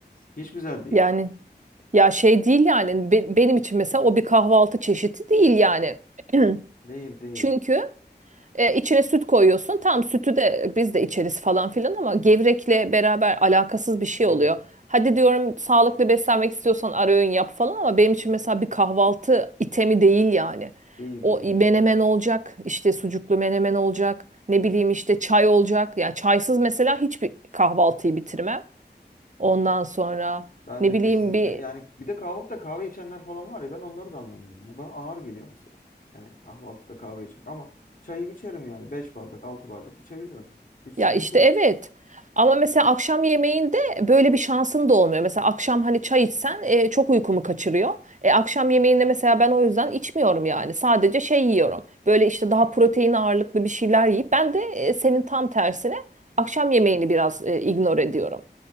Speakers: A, on the left; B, on the right.
A: hiç güzel değil
B: Yani ya şey değil yani Be- benim için mesela o bir kahvaltı çeşidi değil yani.
A: değil
B: <clears throat>
A: değil
B: Çünkü E, içine süt koyuyorsun. Tam sütü de biz de içeriz falan filan ama gevrekle beraber alakasız bir şey
A: Aa,
B: oluyor. Hadi diyorum sağlıklı beslenmek istiyorsan ara öğün yap falan ama benim için mesela bir kahvaltı itemi değil yani.
A: değil
B: O
A: değil
B: menemen
A: hiç değil
B: olacak, işte sucuklu menemen olacak, ne bileyim işte çay olacak. Ya çaysız mesela hiçbir kahvaltıyı bitirmem. Ondan sonra
A: Ben
B: ne
A: de
B: bileyim
A: kesinlikle
B: bir
A: yani bir de kahvaltıda kahve içenler falan var ya ben onları da anlamıyorum. ya. Bana ağır geliyor mesela. Yani kahvaltıda kahve içmek ama çayı içerim yani 5 bardak 6 bardak içebilirim. Hiç sıkıntı
B: Ya işte
A: yok.
B: evet. Ama mesela akşam yemeğinde böyle bir şansın da olmuyor. Mesela akşam hani çay içsen e, çok uykumu kaçırıyor. E, akşam yemeğinde mesela ben o yüzden içmiyorum yani. Sadece şey yiyorum. Böyle işte daha protein ağırlıklı bir şeyler yiyip ben de e, senin tam tersine akşam yemeğini biraz e, ignore ediyorum.